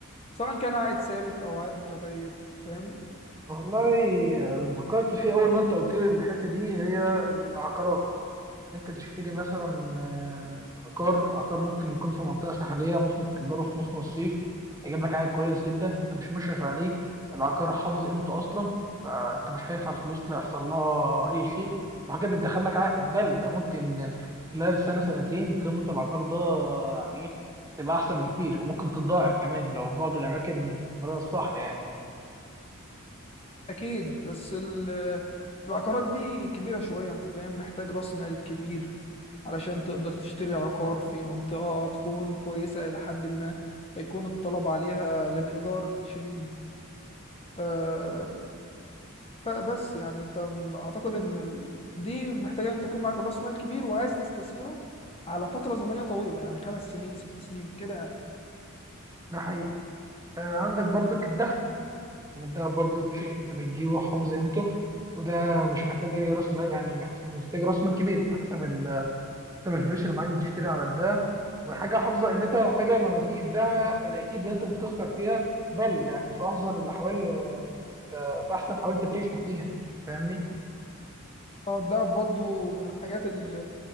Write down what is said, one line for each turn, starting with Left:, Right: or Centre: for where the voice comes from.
Left: سواء كان عائد ثابت او عائد متغير فاهمني
Right: والله اللي فكرت فيه اول ما انت قلت لي الحته دي هي العقارات انت تشتري مثلا آه، عقار عقار ممكن يكون في منطقه ساحليه ممكن تاجره في موسم الصيف هيجيب لك عائد كويس جدا انت مش مشرف عليه العقار حافظ قيمته اصلا فانت مش خايف على الفلوس اللي يحصل لها اي شيء وحاجه بتدخل لك عائد بل ده ممكن خلال سنه سنتين قيمه العقار ده يعني ايه تبقى احسن بكتير وممكن تتضاعف كمان لو في بعض الاماكن الاستثماريه الصح يعني
Left: اكيد بس ال- العقارات دي كبيره شويه انت فاهم محتاج راس مال كبير علشان تقدر تشتري عقار في منطقه تكون كويسه الى حد ما فيكون الطلب عليها للايجار شديد آه، فبس يعني انت م- اعتقد ان ال- دي محتاجه ان انت تكون معاك راس مال كبير وعايز تستثمره على فتره زمنيه طويله يعني خمس سنين ست سنين كده يعني.
Right: ده حقيقي آه، عندك برضو الذهب إن الدهب برضه شيء أنت بتجيبه حافظ قيمته وده مش محتاج أي رأس مال يعني محتاج مش محتاج رأس مال كبير أنت حسب ال- حسب الفلوس اللي معاك بتشتري على الدهب وحاجة حافظة قيمتها وحاجة لما تيجي تبيعها الأكيد إن أنت مش هتخسر فيها بل يعني في أحسن الأحوال آه، أنت في أحسن حاول تكتشف فيها فاهمني؟
Left: اه ده برضو من الحاجات ال-